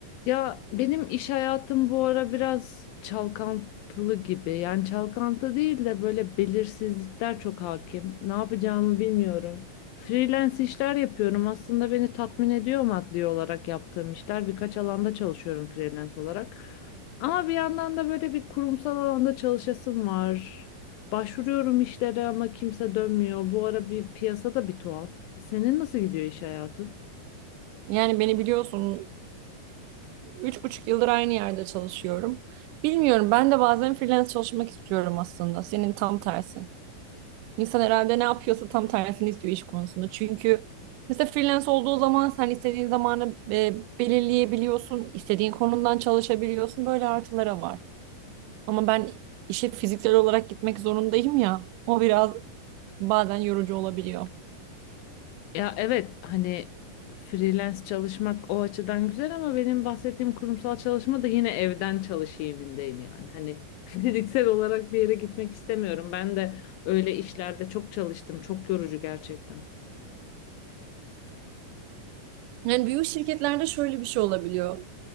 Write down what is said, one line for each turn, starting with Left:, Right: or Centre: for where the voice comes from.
Left: Ya benim iş hayatım bu ara biraz çalkantılı gibi. Yani çalkantı değil de böyle belirsizlikler çok hakim. Ne yapacağımı bilmiyorum. Freelance işler yapıyorum. Aslında beni tatmin ediyor maddi olarak yaptığım işler. Birkaç alanda çalışıyorum freelance olarak. Ama bir yandan da böyle bir kurumsal alanda çalışasım var. Başvuruyorum işlere ama kimse dönmüyor. Bu ara bir piyasada bir tuhaf. Senin nasıl gidiyor iş hayatın?
Right: Yani beni biliyorsun, üç buçuk yıldır aynı yerde çalışıyorum. Bilmiyorum, ben de bazen freelance çalışmak istiyorum aslında. Senin tam tersin. İnsan herhalde ne yapıyorsa tam tersini istiyor iş konusunda. Çünkü mesela freelance olduğu zaman sen istediğin zamanı e, belirleyebiliyorsun, istediğin konumdan çalışabiliyorsun. Böyle artıları var. Ama ben işe fiziksel olarak gitmek zorundayım ya. O biraz bazen yorucu olabiliyor.
Left: Ya evet hani freelance çalışmak o açıdan güzel ama benim bahsettiğim kurumsal çalışma da yine evden çalışayımindeyim yani. Hani <laughs> fiziksel olarak bir yere gitmek istemiyorum. Ben de öyle işlerde çok çalıştım. Çok yorucu gerçekten.
Right: Yani büyük şirketlerde şöyle bir şey olabiliyor.